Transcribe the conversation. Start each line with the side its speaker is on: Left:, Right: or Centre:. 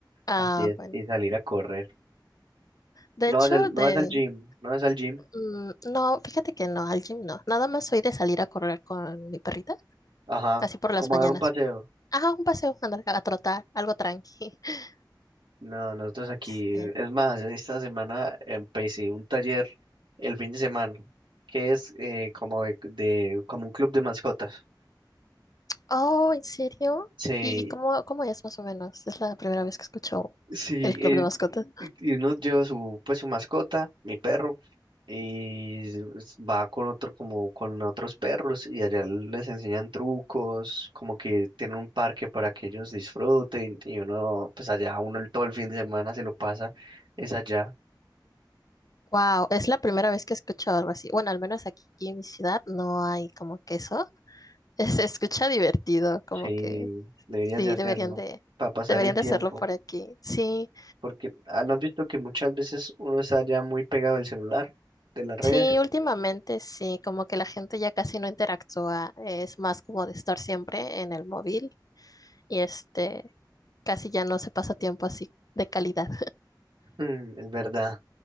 Left: Ah,
Right: así es.
Left: bueno.
Right: Y salir a correr.
Left: De hecho,
Right: No vas al,
Left: de,
Right: no vas al gym, no vas al gym.
Left: Mm, No, fíjate que no, al gym no. Nada más soy de salir a correr con mi perrita,
Right: Ajá,
Left: así por
Right: como
Left: las mañanas.
Right: a dar un paseo.
Left: Ajá, un paseo, andar a trotar, algo tranqui. <laughs>
Right: No, nosotros aquí,
Left: Sí.
Right: es más, esta semana empecé un taller el fin de semana, que es eh, como de, de- como un club de mascotas.
Left: Oh, ¿en serio?
Right: Sí,
Left: ¿Y cómo, cómo es más o menos? Es la primera vez que escucho
Right: sí,
Left: el club
Right: eh,
Left: de mascotas.
Right: y y uno lleva su, pues su mascota, mi perro, y s- va con otro, como con otros perros, y allá les enseñan trucos, como que tienen un parque para que ellos disfruten, y uno, pues allá uno el- todo el fin de semana se lo pasa, es allá.
Left: Wow, es la primera vez que escucho algo así. Bueno, al menos aquí en mi ciudad no hay como que eso. <laughs> Se escucha divertido, como
Right: Sí,
Left: que
Right: deberías
Left: sí,
Right: de hacerlo
Left: deberían de,
Right: para pasar
Left: deberían
Right: el
Left: de
Right: tiempo,
Left: hacerlo por aquí. Sí.
Right: porque ah, ¿no has visto que muchas veces uno está ya muy pegado al celular, de la red?
Left: Sí,
Right: <laughs>
Left: últimamente sí, como que la gente ya casi no interactúa, es más como de estar siempre en el móvil y este, casi ya no se pasa tiempo así de calidad.
Right: Mm, Es verdad,